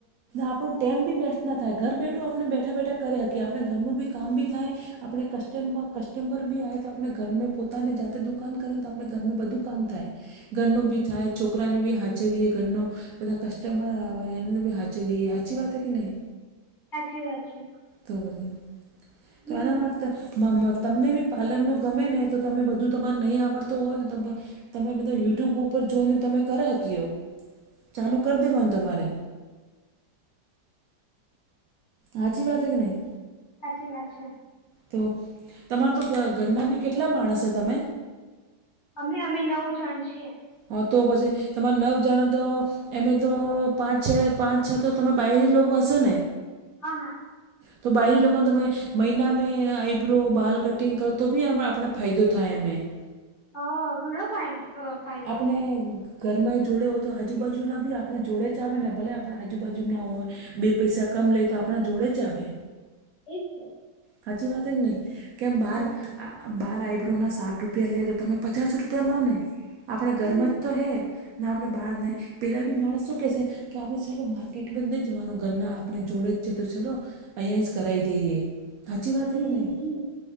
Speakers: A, on the right; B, on the left.
A: આપણો ટાઈમ બી વેસ્ટ ના થાય ઘર બેઠું આપણે બેઠા બેઠા કરે હકીએ આપણે ઘરનું બી કામ બી થાય આપણે કસ્ટમબ કસ્ટમબર બી આવે તો આપણે ઘર પોતાને જાતે દુકાન કરેને તો આપણે ઘર બધું કામ થાય ગન્નો બ થાય છોકરાને બી હાચવીએ ગન્નો બધા કસ્ટમર આવે એને હાચ સાચી વાત કે નહી
B: સાંચી વાત છે.
A: તો તો બધને
B: હમ
A: તો એના માટેર્ત મ મત <inaudible> તમને બી પાર્લરનું ગમે ને તો તમે બધું તમારે નહીં આવડતું હોય ને ત તમે બધા યુટ્યુબ ઉપર જોઈને તમે કર હકીઓ ચાલુ કરી દેવાનું તમારે હાચી વાત કે નહીં.
B: સાચી વાત છે.
A: તો તમાર તો ઘ ઘરના બી કેટલા માણસ હો તમે
B: અમે અમે નવ જણ છીએ.
A: હા તો પછી તમારે નો જાણે તો એમે તો પાંચ છ પાંચ છ તો તમે બહરી લોકો હશે ને
B: હા હા
A: હ તો બહરી લોકોને તમે મહિના મે આઈબ્રો બાલ કટિંગ કરો તો બી આપણને ફાયદો થાય એમ‌એ <inaudible>
B: અ ઘણો ફાયદ‌ અ ફાયદો
A: આપણે
B: થાય.
A: ઘરમાં જોડે હોય તો આજુબાજુ ના બી આપણે જોડે જ આવે ને ભલે આપે આજુબાજુ ના હોય બે પૈસા કમ લઈ તો આપણા જોડે જ આવે
B: એમ
A: સાચી વાત જ નહ કેમ બાર
B: વાત છે
A: બાર આઈબ્રોનાં સાઠ રૂપિયા લે તો તમે પચાસ રૂપિયા લો ને આપણા ઘરમાં
B: હમ
A: જ તો હે ના આપણે બહાર ને પેલા બી માણસ શું કેહે છે. કે આપણે ચાલો માર્કેટ બંદ નહી જવાનું ઘરના આપણે જોડે જ છે તો ચાલો અહીંયા જ કરાવી દઈએ હાચી વાત
B: હમ
A: હ કે નહીં